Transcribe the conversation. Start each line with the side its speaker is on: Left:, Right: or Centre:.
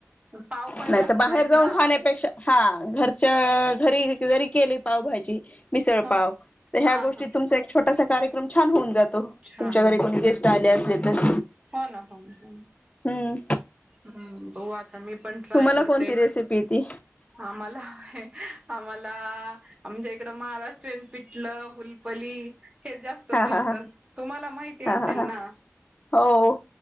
Right: पाव पण
Left: नाही
Right: जास्त
Left: तर बाहेर
Right: नाहीत
Left: जाऊन
Right: ना
Left: खाण्यापेक्षा हा घरच्या घरी जरी केली पाव भाजी मिसळ
Right: हो
Left: पाव तर ह्या
Right: हा
Left: गोष्टी
Right: हा
Left: तुमच्या असा कार्यक्रम छान होऊन जातो
Right: छान
Left: तुमच्या
Right: होईल
Left: घरी कोणी गेस्ट आले असले तर
Right: हो ना हो ना
Left: हम्म
Right: हम्म बघू आता मी पण ट्राय
Left: तुम्हाला
Right: करते
Left: कोणती रेसिपी ती
Right: आम्हाला आम्हाला आमच्या इकडं महाराष्ट्रीयन पिटलं हुलपली हे जास्त
Left: हा हा
Right: चालतं
Left: हा
Right: तुम्हाला माहिती
Left: हा
Right: असेल
Left: हा हा
Right: ना?
Left: हो